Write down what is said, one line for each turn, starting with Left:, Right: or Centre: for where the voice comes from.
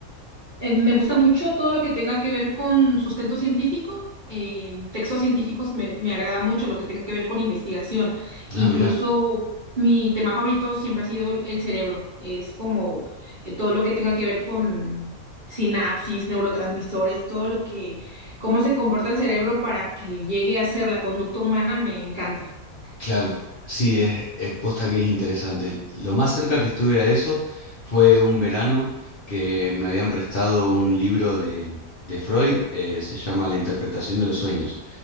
Right: Eh, me gusta mucho todo lo que tenga que ver con sustento científico. eh, textos científicos me, me agrada mucho lo que tenga que ver con investigación. Incluso
Left: Ah, mirá.
Right: mi tema favorito siempre ha sido el, el cerebro. Es como eh, todo lo que tenga que ver con sinapsis, neurotransmisores, todo lo que, cómo se comporta el cerebro para que llegue a ser la conducta humana, me encanta.
Left: Claro, sí, es, es posta que es interesante. Lo más cerca que estuve a eso fue un verano que me habían prestado un libro de, de Freud, eh, se llama La interpretación de los sueños.